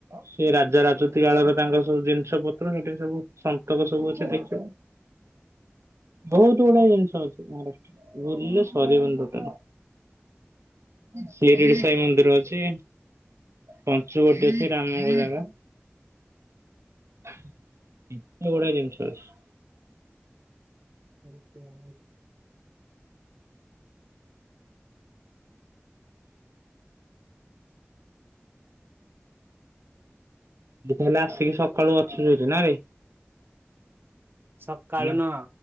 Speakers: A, on the right; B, on the right.
A: ସେ ରାଜା ରାଜତି କାଳରେ ତାଙ୍କ ସବୁ ଜିନିଷ ପତ୍ର ସେଠି ସବୁ ସନ୍ତକ ସବୁ ଅଛି ଦେଖିବ ବହୁତ ଗୁଡାଏ ଜିନିଷ ଅଛି ମହାରାଷ୍ଟ୍ର ବୁଲିଲେ ସରିବନ ରଟ ଶିରିଡି ସାଇ ମନ୍ଦିର ଅଛି ପଞ୍ଚ ଗ ଅଛି ରାମନ ଜାଗା। ଏତେ ଗଢଡଆ ଜିନିଷ ଅଛି।
B: ଆ।
A: ତାହେଲେ ଆସିକି ସକାଳୁ ଅଛୁ ସେଠି ନା ରେ।
B: ସକାଳ
A: ହେଲା
B: ନ